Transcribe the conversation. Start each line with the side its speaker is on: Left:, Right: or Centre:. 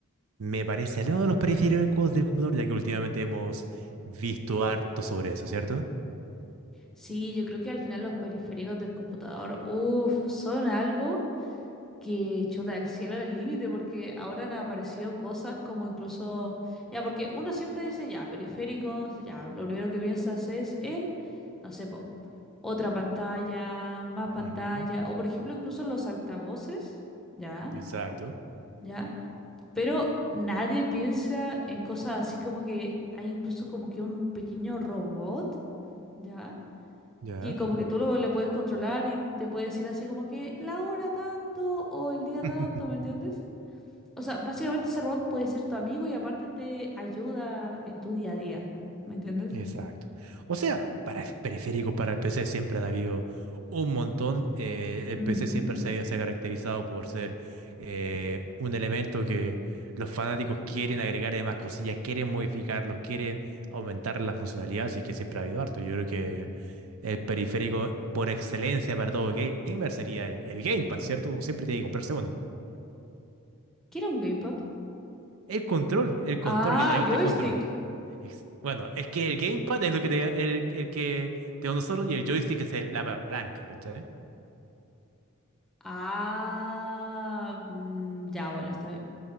Right: Me parece aliado de los periféricos del computador, ya que últimamente hemos visto harto sobre eso, ¿cierto?
Centre: Sí, yo creo que al final los periféricos del computador, uff, son algo que chuta el cielo del límite, porque ahora han aparecido cosas como incluso, ya, porque uno siempre dice, ya, periféricos, ya, lo primero que piensas es en, no sé, po, otra pantalla, más pantalla,
Right: Ujú.
Centre: o por ejemplo incluso los altavoces, ¿ya?
Right: Exacto.
Centre: ¿Ya? Pero nadie piensa en cosas así como que hay incluso como que un pequeño robot, ¿ya?
Right: ¿Ya?
Centre: Y como que tú lo, le puedes controlar y te puede decir así como que la hora tanto o el día
Right: <laughs>
Centre: tanto, ¿me entiendes? O sea, básicamente ese robot puede ser tu amigo y aparte te ayuda en tu día a día, ¿me entiendes?
Right: Exacto. O sea, para periférico para el PC siempre han habido un montón. Eh, el
Centre: Ujú.
Right: PC siempre se, ha se ha caracterizado por ser eh, un elemento que los fanáticos quieren agregarle más cosillas, quieren modificarlos, quieren aumentar la funcionalidad, así que siempre ha habido harto. Yo creo que el periférico por excelencia para todo gamer sería el, el Gamepad, ¿cierto? Uno siempre tiene que comprarse uno.
Centre: ¿Qué era un gamepad?
Right: El control, el control,
Centre: Ah,
Right: literalmente
Centre: joystick.
Right: el control. Ex- Bueno, es que el gamepad es lo que te- el, el que tenemos nosotros y el joystick es el- la palanca, ¿cachai?
Centre: Ah, mm, ya, bueno, está bien.